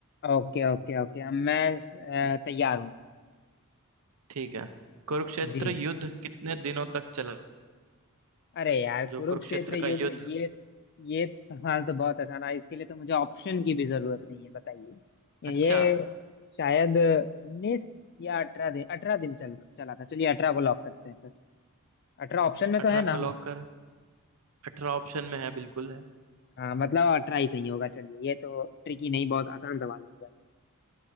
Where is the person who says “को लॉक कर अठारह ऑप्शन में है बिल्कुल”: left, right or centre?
Right